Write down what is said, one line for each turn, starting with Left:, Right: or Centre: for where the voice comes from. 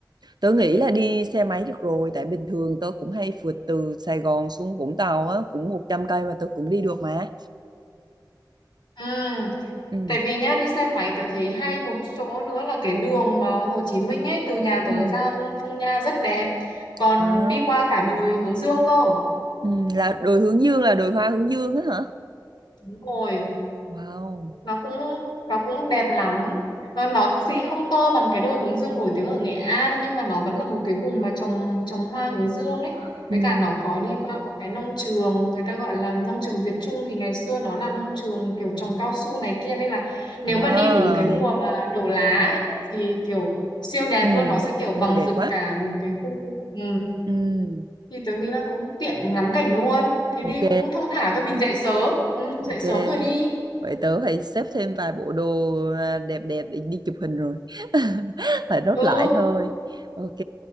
Right: Tớ nghĩ là đi xe máy được rồi tại bình thường tớ cũng hay phượt từ Sài Gòn xuống Vũng Tàu á cũng 100 cây mà tớ cũng đi được mà
Left: ừ
Right: ừ.
Left: Tại vì nhá đi xe máy tớ thấy hay một chỗ nữa là cái đường mà Hồ Chí Minh ấy từ nhà
Right: Ừ.
Left: tớ ra Vung Phong Nha rất đẹp còn
Right: Wow
Left: đi qua cả đồi Hướng Dương cơ
Right: ừ. là đồi hướng dương là đồi hoa hướng dương á hả
Left: đúng rồi
Right: Wow
Left: nó cũng nó cũng đẹp lắm nó nó thì không to bằng cái đồi hướng dương nổi tiếng ở Nghệ An nhưng mà nó vẫn là một cái vùng mà trồng trồng hoa hướng dương ấy
Right: ừ.
Left: với cả nó có đi qua một cái nông trường người ta gọi là nông trường Việt Trung thì ngày xưa nó là nông trường kiểu trồng cao su này kia nên là nếu
Right: à.
Left: mà đi đúng cái mùa mà đổ lá ấy, thì kiểu siêu đẹp
Right: ừ.
Left: luôn nó sẽ kiểu
Right: Ôi
Left: vàng
Right: đẹp
Left: rực
Right: quá
Left: cả một cái khu ừ.
Right: ừ.
Left: thì tớ nghĩ là cũng tiện ngắm cảnh luôn thì
Right: Ok
Left: đi cũng thong thả thôi mình dậy sớm ừ,
Right: ok
Left: dậy sớm rồi đi
Right: vậy tớ phải xếp thêm vài bộ đồ à, đẹp đẹp để đi chụp hình rồi <laughs> phải nốt
Left: ừ
Right: lại thôi ok